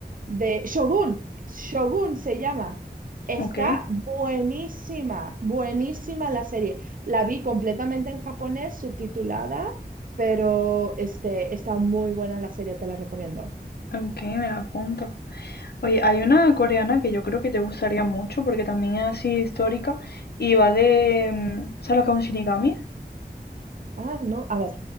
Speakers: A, on the right (about 55°); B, on the left (about 70°).
A: de Shogun, Shogun se llama. Está
B: ok.
A: buenísima, buenísima la serie. La vi completamente en japonés, subtitulada, pero este, está muy buena la serie, te la recomiendo.
B: Ok, me la apunto. Oye, hay una coreana que yo creo que te gustaría mucho porque también es así histórica y va de... mm, ¿Sabes lo que es un shinigami?
A: Ah, no, a ver,